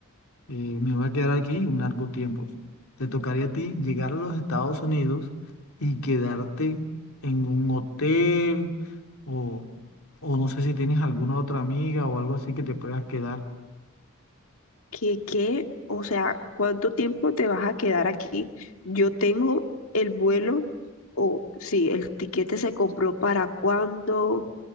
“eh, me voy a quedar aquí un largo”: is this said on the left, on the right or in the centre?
Left